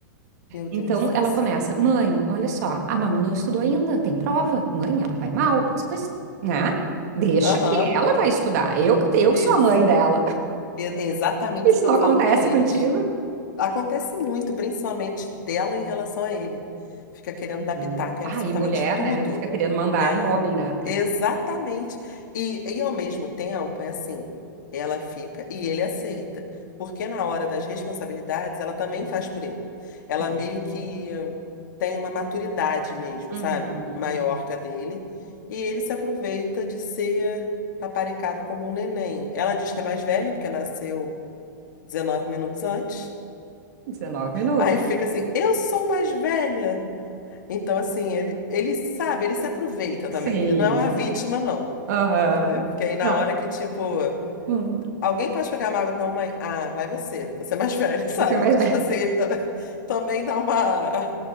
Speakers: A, on the left; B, on the right.
A: Meu
B: Então
A: Deus do céu,
B: ela
A: sim.
B: começa, mãe, olha só, a Manu não estudou ainda, tem prova. Mãe, ela vai mal. Eu disse, mas, né? Deixa
A: Aham.
B: que ela vai estudar. Eu, que- eu
A: Isso.
B: que sou a mãe dela. <laughs>
A: E- exatamente
B: Isso
A: o que eu
B: não
A: falo
B: acontece
A: para eles.
B: contigo?
A: Acontece muito, principalmente dela em relação a ele. Fica querendo dar
B: Hum.
A: pitaco em
B: Ah,
A: absolutamente
B: e mulher,
A: tudo.
B: né? Fica querendo mandar
A: É,
B: em homem, né?
A: exatamente. E, e ao mesmo tempo, é assim, ela fica e ele aceita. Porque na hora das responsabilidades, ela também faz por ele. Ela
B: Sim.
A: meio que tem uma maturidade mesmo,
B: Uhum.
A: sabe? Maior que a dele. E ele se aproveita de ser paparicado como um neném. Ela diz que é mais velha, porque nasceu 19 minutos antes.
B: 19 minutos.
A: Aí fica assim, eu sou mais velha. Então, assim, ele, ele sabe, ele se aproveita também.
B: Sim.
A: Ele não é uma vítima, não.
B: Aham.
A: Entendeu? Porque aí na
B: Não.
A: hora que, tipo,
B: Hum.
A: alguém pode pegar uma água pra mamãe? Ah, vai você. Você é mais velho, <laughs> sabe?
B: Você é mais
A: Tipo
B: velho.
A: assim, ele ta- também dá uma,